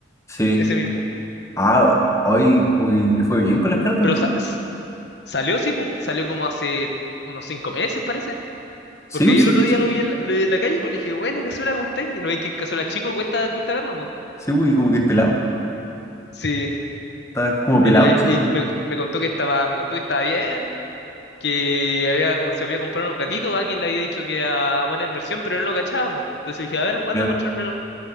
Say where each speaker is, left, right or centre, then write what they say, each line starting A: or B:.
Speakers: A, on the left; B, on the left.
A: Sí.
B: Ese mismo.
A: Ah, o- hoy como que le fue bien con las cartas
B: Pero
A: entonces.
B: sa- s- salió, sí, pues. Salió como hace unos cinco meses, parece.
A: Sí,
B: Porque
A: pues
B: ahí el
A: sí,
B: otro
A: caché.
B: día lo vi en la, lo vi en la calle, pues le dije, buena Cazuela, ¿cómo estáis? Y no veis que Cazuela chico cuesta, cuesta verlo, pues.
A: Sí, pues, y como que es pelado.
B: Sí.
A: Está como pelado,
B: Y,
A: chico.
B: y
A: ¿no?
B: me, me contó que estaba, me contó que estaba bien. que había, com- se había comprado unos gatitos, alguien le había dicho que era buena inversión, pero él no cachaba, po. Entonces dije, a ver, manda
A: Ya.
B: a mostrármelo.